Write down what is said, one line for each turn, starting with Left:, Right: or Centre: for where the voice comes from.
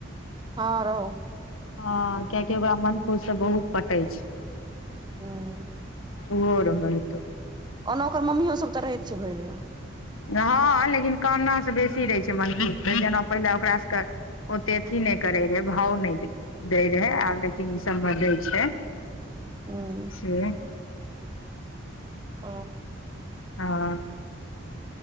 Right: हाँ रहौ
Left: हाँ किया की ओकरा मनखुश से बहुत पटै छै
Right: हुं
Left: और रहत
Right: ओना ओकर मम्मीयो सब तऽ रहैत छै भरि दिना
Left: हाँ लेकिन कामना सँ बेसी रहै छै मनखुश जेना पहिले ओकरा सभ के ओते अथी नहि करे रहे भाव नहि दय रहे आब लेकिन तीन समबर दै छै
Right: हूँ
Left: से
Right: ओ
Left: हाँ